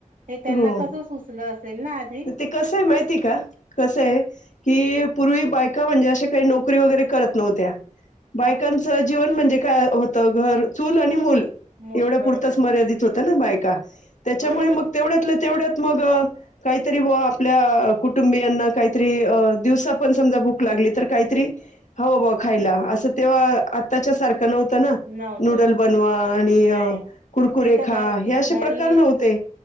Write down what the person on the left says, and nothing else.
हो
ते कसं आहे माहिती का कसं आहे. कि पूर्वी बायका म्हणजे आश्या काही नोकरी वगैरे करत नव्हत्या. बायकांचं
जीवन म्हणजे काय होतं घर चूल आणि मूल
एवढ्या पुुरताच
मर्यादित होत ना बायका त्याच्यामुळे
मग तेवढ्यात तेवढ्यात मग काहीतरी व आपल्या कुटुंबियांना काहीतरी दिवसा पण समजा भूक लागली तर काहीतरी हो खायला असं तेव्हा आत्ताच्या सारखं नव्हतं ना
नूडल बनवा. आणि
कुरकुरेखा
हे असे
प्रकार नव्हते.